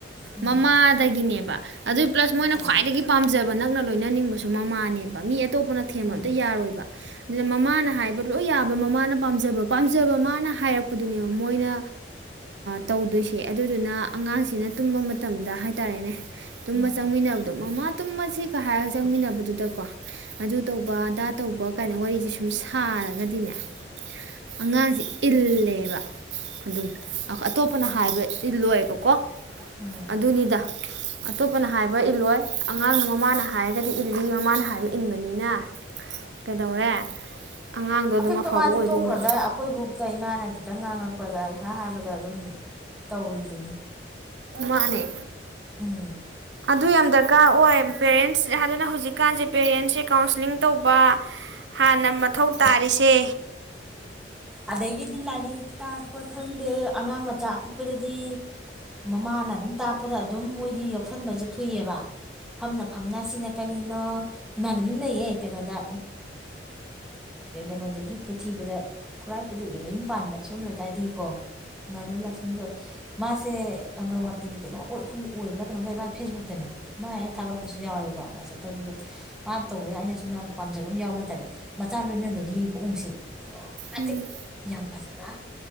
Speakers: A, in the centre; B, on the right.
A: ꯎꯝ
B: ꯃꯃꯥꯗꯒꯤꯅꯦꯕ ꯑꯗꯨ ꯄ꯭ꯂꯁ ꯃꯣꯏꯅ
A: ꯑꯥ
B: ꯈ꯭ꯋꯥꯏꯗꯒꯤ ꯄꯥꯝꯖꯕ ꯅꯛꯅ ꯂꯣꯏꯅꯅꯤꯡꯕꯁꯨ ꯃꯃꯥꯅꯦꯕ ꯃꯤ ꯑꯇꯣꯞꯄꯅ ꯊꯦꯝꯕ
A: ꯎꯝ
B: ꯑꯝꯇ ꯌꯥꯔꯣꯏꯕ ꯑꯗꯨꯅ ꯃꯃꯥꯅ ꯍꯥꯏꯕ ꯂꯣꯏ ꯌꯥꯕ ꯃꯃꯥꯅ ꯄꯥꯝꯖꯕ ꯄꯥꯝꯖꯕ ꯃꯥꯅ ꯍꯥꯏꯔꯛꯄꯗꯨꯅꯦꯕ ꯃꯣꯏꯅ ꯇꯧꯗꯣꯏꯁꯦ ꯑꯗꯨꯗꯨꯅ ꯑꯉꯥꯡꯁꯤꯅ ꯇꯨꯝꯕ ꯃꯇꯝꯗ ꯍꯥꯏꯇꯥꯔꯦꯅꯦ ꯇꯨꯝꯕ
A: ꯎꯝ
B: ꯆꯪꯃꯤꯟꯅꯕꯗꯣ ꯃꯃꯥ ꯇꯨꯝ ꯑꯁꯤꯒ ꯍꯥꯏꯔꯒ ꯆꯪꯃꯤꯟꯅꯕꯗꯨꯗꯀꯣ ꯑꯗꯨ ꯇꯧꯕ ꯑꯗꯥ ꯇꯧꯕ ꯄꯣ ꯀꯥꯏꯅ ꯋꯥꯔꯤꯁꯦ ꯁꯨꯝ ꯍꯥ ꯑꯗꯨꯅꯦ ꯑꯉꯥꯡꯁꯤ ꯏꯜꯂꯦꯕ ꯑꯗꯨꯝ ꯑꯇꯣꯞꯄ ꯐꯅ ꯍꯥꯏꯕꯗꯤ ꯂꯣꯏꯕꯀꯣ
A: ꯎꯝ
B: ꯑꯗꯨꯅꯤꯗ ꯑꯇꯣꯞꯄꯅ ꯍꯥꯏꯕ꯭ꯔ ꯏꯜꯂꯣꯏ ꯑꯉꯥꯡꯅ ꯃꯃꯥꯅ ꯍꯥꯏꯔꯒꯗꯤ ꯏꯜꯂꯤ ꯃꯃꯥꯅ ꯍꯥꯏꯕ ꯏꯟꯕꯅꯤꯅ ꯀꯩꯗꯧꯔꯦ ꯑꯉꯥꯡꯗꯣ ꯑꯗꯨꯝ
A: ꯑꯄꯤꯛꯄ
B: ꯑꯐꯕ
A: ꯃꯥꯗꯤ
B: ꯑꯣꯏꯗꯣꯏꯅꯦꯕ
A: ꯇꯣꯛꯈ꯭ꯔꯗ꯭ꯔ ꯑꯩꯈꯣꯏꯕꯨꯥꯎꯇ ꯏꯃꯥꯅ ꯈꯤꯇꯪ ꯉꯥꯡꯉꯛꯄꯗ ꯏꯁꯥ ꯍꯥꯏꯕꯗ ꯑꯗꯨꯝ ꯇꯧꯔꯤꯗꯨꯅꯤ
B: ꯃꯥꯅꯦ
A: ꯎꯝ
B: ꯑꯗꯨ ꯌꯥꯝ ꯗꯔꯀꯥꯔ ꯑꯣꯏ ꯄꯦꯔꯦꯟꯁ ꯑꯗꯨꯅ ꯍꯧꯖꯤꯛꯀꯥꯟꯁꯦ ꯄꯦꯔꯦꯟꯁꯁꯦ ꯀꯥꯎꯟꯁꯂꯤꯡ ꯇꯧꯕ ꯍꯥꯟꯅ ꯃꯊꯧ ꯇꯥꯔꯤꯁꯦ
A: ꯑꯗꯒꯤꯗꯤ ꯂꯥꯏꯔꯤꯛ ꯇꯥꯛꯄ ꯈꯪꯗꯦ ꯑꯉꯥꯡ ꯃꯆꯥ ꯑꯄꯤꯛꯄꯗꯗꯤ ꯃꯃꯥꯅ ꯑꯗꯨꯝ ꯇꯥꯛꯄꯗ ꯑꯗꯨꯝ ꯃꯣꯏꯗꯤ ꯌꯥꯎꯁꯟꯕꯁꯦ ꯊꯨꯏꯑꯕ ꯐꯝꯅ ꯐꯝꯅ ꯁꯤꯅ ꯀꯔꯤꯅꯣ ꯏꯃꯥꯟꯅꯕꯤ ꯑꯃ ꯂꯩꯌꯦ ꯀꯩꯅꯣꯗ ꯀꯩꯅꯣꯗꯒꯤ ꯄꯨꯊꯤꯕꯗ ꯈꯨꯔꯥꯏꯕꯨꯗꯤ ꯍꯧꯗꯤ ꯃꯌꯨꯝ ꯄꯥꯟꯕ ꯑꯣꯝ ꯂꯩꯀꯥꯏꯗꯒꯤꯀꯣ ꯉꯅꯕ ꯂ ꯃꯤꯈꯣꯏ ꯃꯥꯁꯦ ꯑꯪꯒ꯭ꯔꯋꯥꯇꯤꯒꯤ ꯀꯩꯅꯣꯝ ꯑꯣꯏ ꯈꯪꯗꯦ ꯑꯣꯏꯕ꯭ꯔꯥ ꯀꯩꯅꯣꯝ ꯂꯩ ꯃꯥ ꯐꯦꯁꯕꯨꯛꯇꯅꯦ ꯃꯥ ꯑꯩꯅ ꯊꯥꯒꯠꯂꯛꯄꯁꯨ ꯌꯥꯎꯋꯦꯕꯀꯣ ꯋꯥꯆꯞꯇ ꯕꯤꯗꯤꯑꯣ ꯃꯥꯅ ꯇꯧꯕꯗ ꯑꯩꯅ ꯁꯨꯝ ꯌꯥꯝꯅ ꯄꯥꯝꯖꯕ ꯑꯃ ꯌꯥꯎꯕ ꯍꯥꯏꯇꯥꯔꯦ ꯃꯇꯆꯥ ꯂꯣꯏꯅꯕꯒꯤ ꯃꯑꯣꯡꯁꯦ ꯑꯗꯨꯛꯀꯤ ꯃꯇꯤꯛ
B: ꯎꯝ
A: ꯌꯥꯝ ꯐꯖꯅ